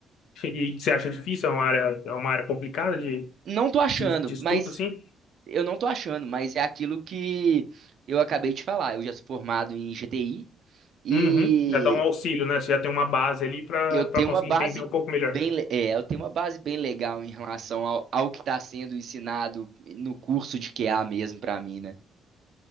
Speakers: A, on the left (about 65°); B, on the right (about 45°).
A: E você acha difícil? É uma área, é uma área complicada de,
B: Não tô achando,
A: de, de estudo,
B: mas
A: assim?
B: eu não tô achando, mas é aquilo que eu acabei de falar. Eu já sou formado em GTI e
A: Uhum. Já dá um auxílio, né? Você já tem uma base ali para
B: eu tenho
A: para conseguir
B: uma base
A: entender um pouco melhor.
B: bem, le- é, eu tenho uma base bem legal em relação ao, ao que está sendo ensinado no curso de QA mesmo pra mim, né?